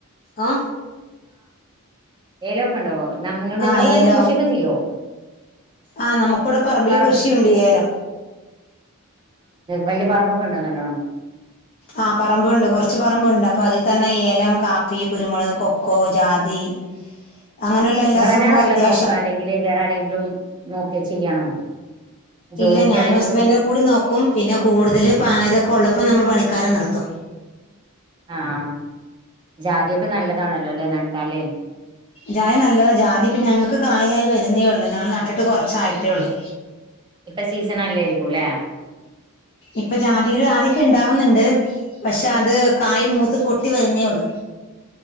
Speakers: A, on the left (about 40°); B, on the right (about 20°).
A: ആ
B: ഏലോക്കെ ഉണ്ടോ നമ്മൾ നിങ്ങളെ
A: ആ
B: മാതിരി
A: ഏലം
B: കൃഷിയൊക്കെ ചെയ്യോ?
A: ആ നമുക്കിവിടെ പറമ്പില്
B: പറ
A: കൃഷി ഉണ്ട് ഏലം
B: വല്യ പറമ്പൊക്കെ ഉണ്ടോ നല്ലോണം?
A: ആഹ പറമ്പുണ്ട് കുറച്ചു പറമ്പുണ്ട് അപ്പൊ അതിൽ തന്നെ ഏലം കാപ്പി കുരുമുള്ക് കൊക്കോ ജാതി അങ്ങനെയുള്ള എല്ലാ
B: നിങ്ങൾ തന്നെയാണോ
A: സംഭവം
B: എല്ലാം
A: അത്യാവശ്യം
B: നോക്ക അല്ലെങ്കില് വേറെ ആരെെങ്കിലും നോക്കേ ചെയ്യണോ? ജോലിക്കാരെങ്കിലും
A: ഇല്ല ഞാനും ഹസ്ബൻഡും കൂടി നോക്കും പിന്നെ കൂടുതൽ പായതൊക്കെ ഉള്ള അപ്പം നമ്മള് പണിക്കാരെ നിർത്തും
B: ആഹ് ജാതിയൊക്കെ നല്ലതാ നട്ടാല്
A: ജായ നല്ലതാ ജാതി ഇപ്പം ഞങ്ങൾക്ക് കായായി വരുന്നേയുള്ളു ഞങ്ങൾ നട്ടിട്ട് കുറച്ചായിട്ടേ ഉള്ളു
B: ഇപ്പൊ സീസൺ അല്ലായിരിക്കുംല്ലേ
A: ഇപ്പൊ ജാതിയുടെ ആദ്യൊക്കെ ഉണ്ടാവുന്നുണ്ട് പക്ഷെ അത് കായ് മൂത്ത് പൊട്ടി വരുന്നേ ഒള്ളു